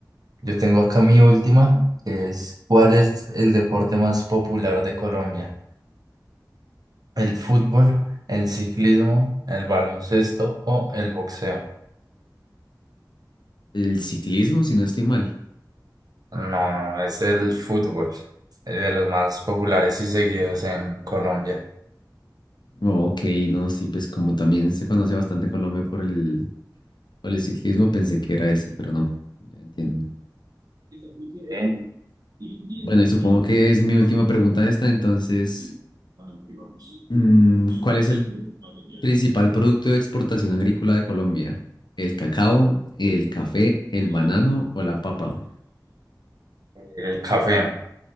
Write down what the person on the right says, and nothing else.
yo tengo acá mi última, que es ¿cuál es el deporte más popular de Colombia? ¿El fútbol, el ciclismo, el baloncesto o el boxeo?
No, no, es el fútbol, eh, de los más populares y seguidos en Colombia.
Ok, Y empieza
a
y
después
se
lo
pasa
por los demás.
Es así. Para que vamos.
No hay
que
para el
no
El café.